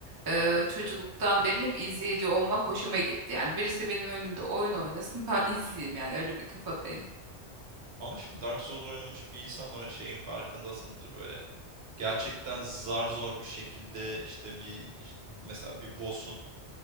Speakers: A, on the right; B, on the right.
A: eee, çocukluktan beri hep izleyici olmak hoşuma gitti. Yani birisi benim önümde oyun oynasın ben <laughs> izleyeyim yani öyle bir kafadayım.
B: Ama şimdi Dark Souls oynamış bir insan olarak şeyin farkındasındır böyle. Gerçekten zar zor bir şekilde işte bir mesela bir boss'un